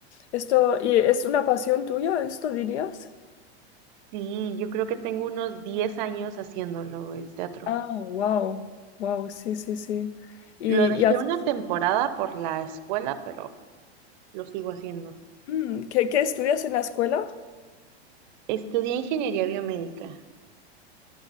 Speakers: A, on the left; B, on the right.
A: Esto, ¿y es una pasión tuya, esto dirías?
B: Sí, yo creo que tengo unos 10 años haciéndolo, el teatro.
A: Ah, wow, wow, sí, sí, sí. ¿Y,
B: Lo dejé
A: y has-
B: una temporada por la escuela, pero lo sigo haciendo.
A: mm, ¿qué, qué estudias en la escuela?
B: Estudié ingeniería biomédica.